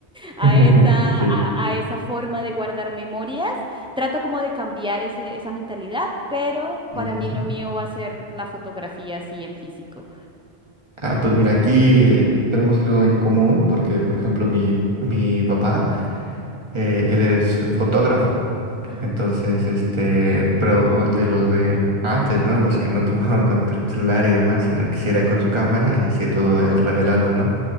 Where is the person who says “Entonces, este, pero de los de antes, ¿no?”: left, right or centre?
Right